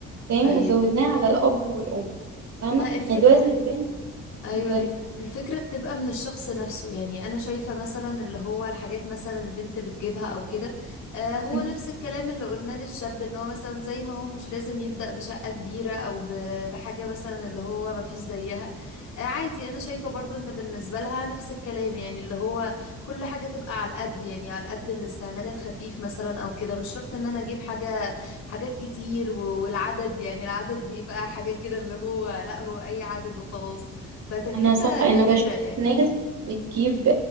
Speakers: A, on the right; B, on the left.
A: تمام
B: ايوه
A: وزودناه على الأب والأم فاهمة
B: ما الفكره
A: يعني دلوقتي البنت اتفضلي
B: ايوه الف- الفكره بتبقى من الشخص نفسه يعني انا شايفه مثلا اللي هو الحاجات مثلا البنت بتجيبها او كده آه هو
A: <laughs>
B: نفس الكلام اللي قلناه للشاب ان هو مثلا زي ما هو مش لازم يبدا بشقه كبيره او ب- بحاجه مثلا اللي هو ما فيش زيها آه عادي انا شايفه برضو ان بالنسبه لها نفس الكلام يعني اللي هو كل حاجه تبقى على قد يعني على قد الاستعمال الخفيف مثلا او كده مش شرط ان انا اجيب حاجه حاجات كتير و- والعدد يعني العدد بيبقى حاجه كده اللي هو لا هو اي عدد وخلاص فتكلفة
A: أنا صح أنا
B: كتيرة
A: بشوف
B: يعني
A: بتجيب